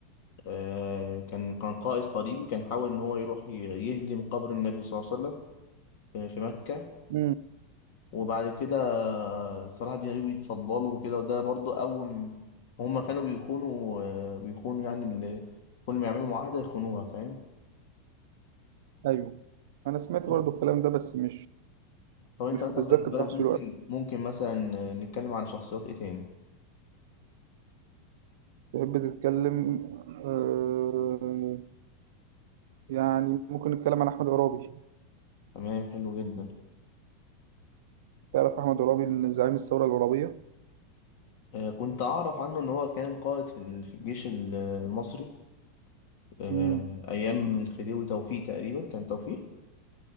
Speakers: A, on the left; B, on the right.
A: آه، كان كان قائد صليبي كان حاول إن هو يروح ي- يهدم قبر النبي صلى الله عليه وسلم في في مكة
B: مم.
A: وبعد كده صلاح الدين ايوبي اتصدى له وكده وده برضو اول م- هما كانوا بيخونوا آه، بيخونوا يعني ال- كل ما يعملوا معاهدة يخونوها فاهم
B: أيوه أنا سمعت برضو
A: طب
B: الكلام ده بس مش
A: طب انت
B: مش
A: مثلا
B: متذكر
A: بالنسبة
B: تفاصيله
A: لك ممكن
B: أوي
A: ممكن مثلا نتكلم على شخصيات ايه تاني
B: تحب تتكلم آه، يعني ممكن نتكلم عن أحمد عرابي
A: تمام حلو جدا
B: تعرف أحمد عرابي إن زعيم الثورة العرابية
A: آه، كنت اعرف عنه ان هو كان قائد في ال- في الجيش ال- المصري آه،
B: مم.
A: ايام الخديوي توفيق تقريبا كان توفيق